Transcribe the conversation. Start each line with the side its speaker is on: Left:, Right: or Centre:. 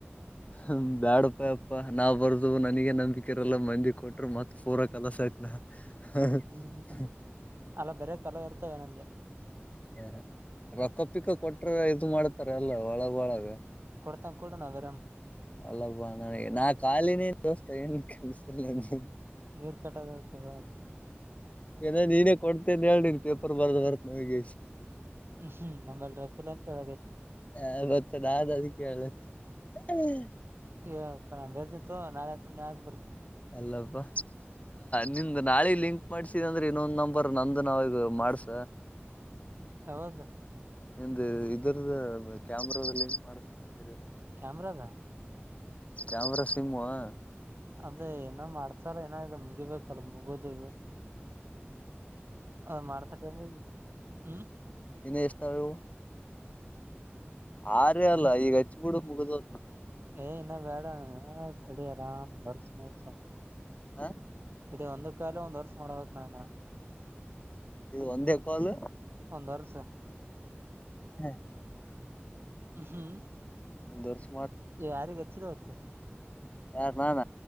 Left: ಹಮ್ ಬ್ಯಾಡಯಪ್ಪಾ ಯಪ್ಪಾ ನಾವ್ ಬರ್ದು ನನಗೇನ. ನಂಬಿಕೆ ಇರಲ್ಲ ಮಂದಿ ಕೊಟರು ಮತ್ ಫೂರ ಕೆಲಸ ಐತ್ಬ್ಯಾ ಹ ಅಹ್
Right: ಹ್ಮ್ ಹ್ಮ್ ಹ್ಮ್ ಹ್ಮ್
Left: ಹ್ಹ್.
Right: ಅಲ್ಲ ಬರೇ ಕಲ್ಲು ಇರ್ತವ ಏನೆಂದ್ಯಾ.
Left: ಯಹ ರೊಕ್ಕ ಪಿಕ್ಕ ಕೊಟ್ರ ಇದು ಮಾಡ್ತಾರಾ ಎಲ್ಲ ಒಳಗ ಒಳಗ.
Right: ಕೊಡ್ತಂಗ ಕೊಡು ನಾವ್ ಬೇರೆ
Left: ಅಲ್ಲಪ್ಪಾ ನನಗೆ ನಾ ಖಾಲಿನೇ. ದೋಸ್ತ ಏನ್ ಕೆಲ್ಸ ಇಲ್ಲ ನೀನ್.
Right: ನೀರ್ ಕಟ್ಟಾದನಿ ಅಥವಾ.
Left: ಏನೇ ನೀನೆ ಕೊಡ್ತೇನ್ ಹೇಳ ನೀನ್ ಪೇಪರ್ ಬರ್ದು ಬರ್ದು ಒಗೆಸ್ಸಿ.
Right: ಅಹ್ ಹ್ಮ್ ನಮ್ಮೆಲ್ ರಕುಲ್ ಅಂತ ತೇಳಗೈತಿ.
Left: ಎ ಮತ್ತ ನಾ ಅದಿ ಕೇಳುತ್ತೆ ಎಹ್ಯೇ.
Right: ಯ ಪ್ಪಾ ನಾ ಬೆರ್ದಿಂನತ್ತೊ ನಾಳೆ ಸುಮ್ನೆ ಆಗ್ ಬರ್ತ.
Left: ಅಲ್ಲಪ್ಪ ನಿಂದು ನಾಳೆ ಲಿಂಕ್ ಮಾಡ್ಸಿದ ಅಂದ್ರೆ ಇನ್ನೊಂದ್ ನಂಬರ್ ನಂದು ನಾವೀಗ ಮಾಡ್ಸ.
Right: ಯಾವ್ದ
Left: ಇಂದೆ ಇದರದ ಬ ಕ್ಯಾಮ್ರೊ ದಲ್ಲಿ ಲಿಂಕ್ ಮಾಡಿಸ್ತೆ ಅಂದಿರೇನೊ.
Right: ಕ್ಯಾಮ್ರಾದಾ.
Left: ಕ್ಯಾಮ್ರಾ ಸಿಮ್ಟ.
Right: ಅದೇ ಏನೋ ಮಾಡ್ಸ್ಯಾರಾ ಏನ ಇದು ಮುಗಿಬೇಕು. ಕಲ್ ಮುಗೋದು. ಅ ಮಾಡ್ಸಾ ಟೈಮಿಗಿ. ಅಮ್.
Left: ಇನ್ನೂ ಎಸ್ತ ಅವೆವು. ಆರ್ಯಾ ಅಲ್ಲಾ ಈಗ ಹಚ್ಚುಬುಡು ಮುಗುದ ಹೊತ.
Right: ಏ ಇನ್ನ ಬೇಡ ತಡಿ ಆರಾಮ್ ಒಂದ್ ವರ್ಷ ಮುಗ್ಸೋಣ
Left: ಹ
Right: ಇದು ಒಂದು ಕಾಲ ಒಂದ್ ವರ್ಷ ಮಾಡ್ಬೇಕ್ ನಾನ
Left: ಇವು ಒಂದೇ ಕ್ವಾಲ.
Right: ಒಂದ ವರಸ.
Left: ಹೇ
Right: ಹ್ಮ್ ಹ್ಮ್
Left: ಒಂದ್ ವರ್ಷ
Right: ಯಾರಿಗೆ ಹೆಚ್ಚಿವತ್ತ
Left: ಯಾರ ನಾನಾ.